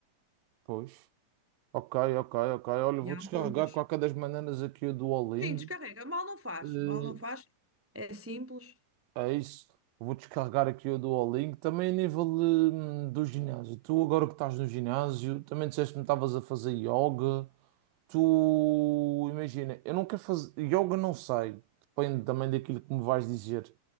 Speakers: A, on the right; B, on the right.
A: Pois. Ok, ok, ok. Olha, vou
B: E há
A: descarregar
B: muitas.
A: de qualquer das maneiras aqui o Duolingo.
B: Sim, descarrega, mal não faz,
A: Eh,
B: mal não faz, é simples,
A: É isso. Vou descarregar aqui o Duolingo. Também a nível hum, do ginásio. Tu agora que estás no ginásio, também disseste-me que estavas a fazer yoga. Tu imagina, eu não quero fazer. Yoga não sei. Depende também daquilo que me vais dizer.